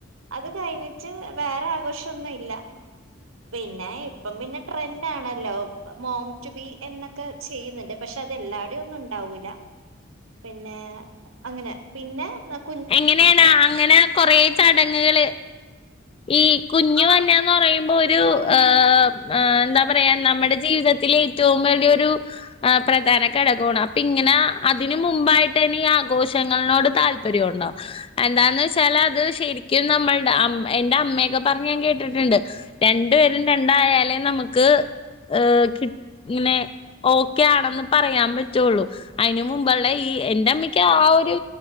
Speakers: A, on the right; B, on the left.
A: അത് കഴിഞ്ഞിട്ട് വേറെ ആഘോഷ് ട്ടൊന്നുഇല്ല പിന്നെ ഇപ്പം പിന്നെ ട്രെന്റ് ആണല്ലോ മോം റ്റു ബി എന്നൊക്കെ ചെയ്യുന്നുണ്ട് പക്ഷെ അത് എല്ലാവ്ടെ ഒന്നും ഉണ്ടാവൂല്ല പിന്നെ അങ്ങനെ പിന്നെ നമ്
B: എങ്ങനെണ് അങ്ങനെ- കൊറേ ചടങ്ങ്കള് ഈ കുഞ്ഞുവന്നാംന്ന്
A: ആഹ്
B: പറയുമ്പോ ഒര് രു
A: കുഞ്ഞ്
B: ഏ് ആഹ് എന്താ പറയാ നമ്മടെ ജീവിതത്തിലെ ഏറ്റവും വലിയൊരു ആഹ് പ്രധാന ഘടകോണ് അപ്പ ഇങ്ങന അതിന് മുമ്പായിട്ടാണ് ഈ ആഘോഷങ്ങൾനോട് താൽ പര്യം ഒണ്ടാെ എന്താന്ന് വെച്ചാല് അത് ശരിക്കും നമ്മൾടെ അമ്മ് എന്റെ അമ്മെക്ക പറഞ്ഞ് ഞാൻ കേട്ടിട്ട്ണ്ട് രണ്ടുപേരും രണ്ടായാലേ നമുക്ക് ഏ് കിട്ട് ഇങ്ങനെ ഓക്കെ ആണെന്ന് പറയാൻ പറ്റാെള്ളൂ അയിന് മുമ്പെള്ള ഈ എന്റെ അമ്മയ്ക്ക് ആ ഒരു